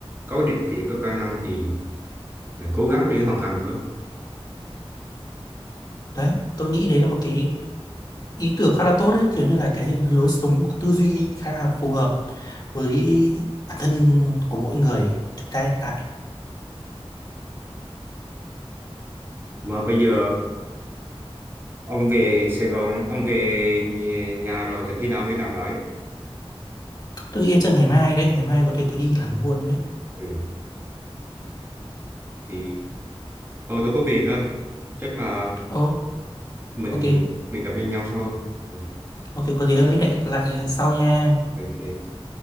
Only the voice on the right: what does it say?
có điều kiện có khả năng thì mình cố gắng để hoàn thành thôi
mà bây giờ ông về Sài Gòn ông về nhà, nhà rồi thì khi nào mới làm lại
ừ. thì thôi tôi có việc á chắc là
mình
mình gặp nhau nhau sau ừ.
ok